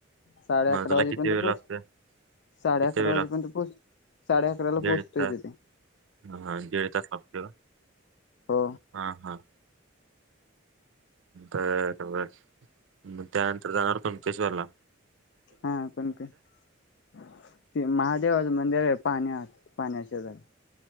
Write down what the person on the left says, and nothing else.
साडे
अकरा
वाजेपर्यंत
पोहोच
साडे
अकरा
वाजेपर्यंत
पोच साडे अकराला
पोहोचतोय
तिथे.
हो
हा कनकेश्वर, ते महादेवाचे मंदिर आहे पाण्यात पाण्याच्या खाली.